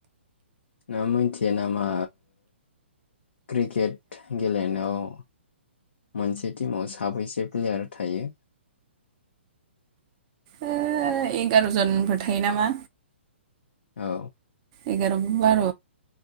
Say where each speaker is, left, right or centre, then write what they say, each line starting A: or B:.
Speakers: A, on the left; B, on the right.
A: नों मिथियो नामा क्रिकेट गेलेनायाव मोनसे टिमाव साबैसे प्लेयार थायो?
B: ओ एगार'जनफोर थायो नामा?
A: औ
B: एगार' बार'